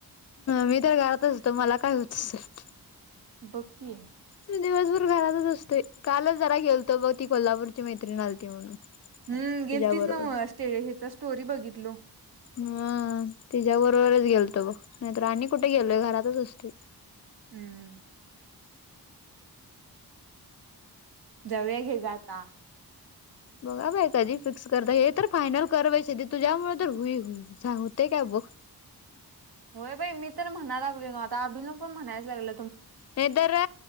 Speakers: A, on the left; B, on the right.
A: मी तर घरातच असते मला काय होते असतय.
B: बघ की.
A: मी दिवसभर घरातच असतोय कालच जरा गेलतो ती कोल्हापूरची मैत्रिणी आलती म्हणून.
B: ह गेलतीस
A: तिच्याबरोबर
B: ना मंग ज स्टोरी बघितलो.
A: हा तिच्याबरोबरच गेलतो आणि कुठे गेलोय घरातच असतोय.
B: हु. जेवाया घे ग आता
A: बघा बाई कधी फिक्स करताय हे तर फायनल करायचं तुझ्यामुळे काय होतंय काय बघ.
B: होय बाई मी तर म्हणायला लागलो अभि पण म्हणायला लागल.
A: हे धर रे